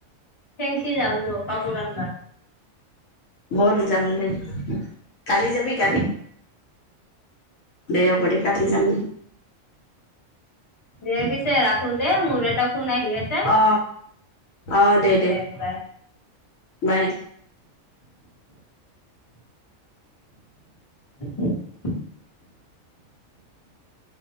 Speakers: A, on the left (about 25°); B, on the left (about 70°).
A: <unintelligible> কাপোৰ আনবা।
B: হল যাম দে, কালি যাবি কালি,
A: অ
B: দে আগতে কাটি যাম।
A: দে পিছে ৰাখো দে মোৰ এটা ফোন আহি আছে।
B: অ অ
A: উ,
B: দে দে
A: দেখাই
B: বাই
A: <inaudible>